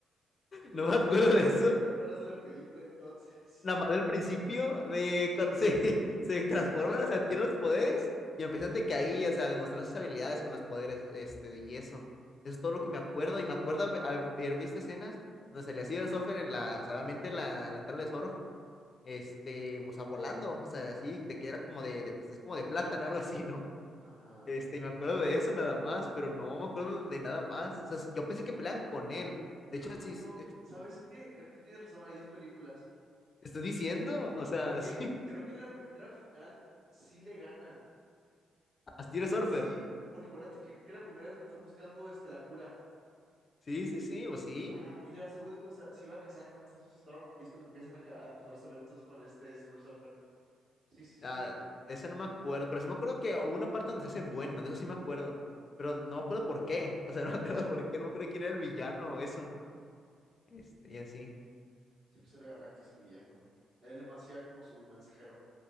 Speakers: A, on the right; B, on the left.
A: <laughs>
B: No
A: Pues
B: me acuerdo
A: que te acuer-
B: de eso.
A: que te acuerdas de la película entonces.
B: Nada más del principio de cuando se, <laughs> se transforman, o sea, adquieren los poderes y empiezan de que ahí, o sea, a demostrar sus habilidades con los poderes, este, y eso. Eso es todo lo que me acuerdo. Y me acuerdo haber, haber visto escenas donde salía Silver Surfer en la, o sea, obviamente en la, en la tabla de surf, este, o sea, volando, o sea, así, de que era como de, de pues, es como de plátano, algo así, ¿no?
A: <laughs> Ajá.
B: Este, y me acuerdo de eso nada más, pero no me acuerdo de nada más. O sea, yo pensé que peleaban con él. De hecho,
A: Ah,
B: sí, sí,
A: no,
B: de hecho,
A: ¿sabes qué? Creo que tiene razón, hay dos películas.
B: te estoy diciendo, o sea,
A: Porque
B: <laughs> sí,
A: creo que la primera al final sí le ganan.
B: Astiro Surfer.
A: Sí, porque acuérdate que, creo que la primera es donde están buscando este, la cura.
B: Sí, sí, sí, pues sí.
A: Ajá. Y la segunda es cuando se, se iba a casar con esta Susie Storm. Y es cuando empiezan a, ca- a empezar los eventos con este Silver Surfer. Sí, sí, sí.
B: Ah, de eso no me acuerdo. Pero sí me acuerdo que hubo una parte donde se hace bueno, de eso sí me acuerdo. Pero
A: Sí, sí,
B: no me
A: sí.
B: acuerdo por qué. O sea, <laughs> no me acuerdo por qué, no me acuerdo quién era el villano o eso. Este, y así.
A: Sí, pues era Galactus el villano. Él nomás iba como su mensajero.